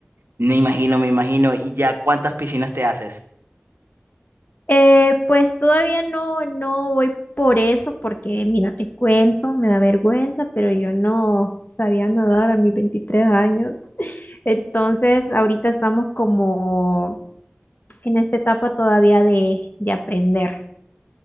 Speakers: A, on the right; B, on the left.
A: Me imagino, me imagino. ¿Y ya cuántas piscinas te haces?
B: Eh, pues todavía no, no voy por eso, porque mira, te cuento, me da vergüenza, pero yo no sabía nadar a mis 23 años. <laughs> Entonces, ahorita estamos como en esa etapa todavía de, de aprender.